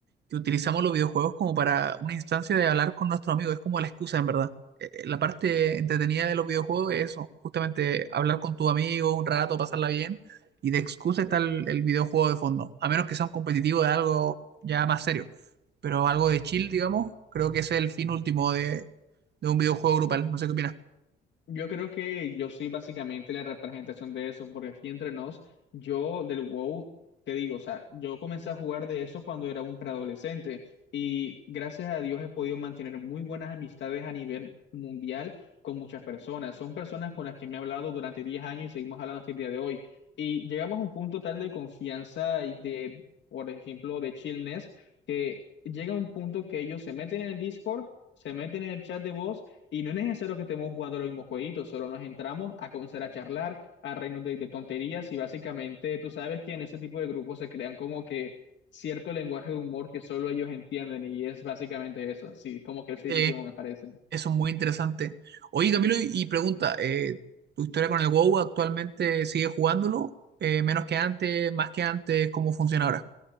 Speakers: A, on the right; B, on the left.
A: que utilizamos los videojuegos como para una instancia de hablar con nuestros amigos. Es como la excusa, en verdad. Eh, eh, La parte entretenida de los videojuegos es eso, justamente hablar con tu amigo un rato, pasarla bien, y de excusa está el, el videojuego de fondo, a menos que sea un competitivo de algo ya más serio, pero algo de chill, digamos, creo que ese es el fin último de, de un videojuego grupal. No sé qué opinas.
B: Yo creo que yo soy básicamente la representación de eso, porque aquí entre nos, yo del WoW, te digo, o sea, yo comencé a jugar de eso cuando era un preadolescente y gracias a Dios he podido mantener muy buenas amistades a nivel mundial con muchas personas. Son personas con las que me he hablado durante 10 años y seguimos hablando hasta el día de hoy. Y llegamos a un punto tal de confianza y de, por ejemplo, de chillness, que llega a un punto que ellos se meten en el Discord, se meten en el chat de voz y no es necesario que estemos jugando los mismos jueguitos, solo nos entramos a comenzar a charlar, a reírnos de, de tonterías y básicamente tú sabes que en ese tipo de grupos se crean como que cierto lenguaje de humor que solo ellos entienden y es básicamente eso, sí, como que el fin
A: Eh,
B: último me parece.
A: Eso es muy interesante. Oye, Camilo, y y pregunta, eh, ¿tu historia con el WoW actualmente sigue jugándolo? Eh, ¿menos que antes? ¿Más que antes? ¿Cómo funciona ahora?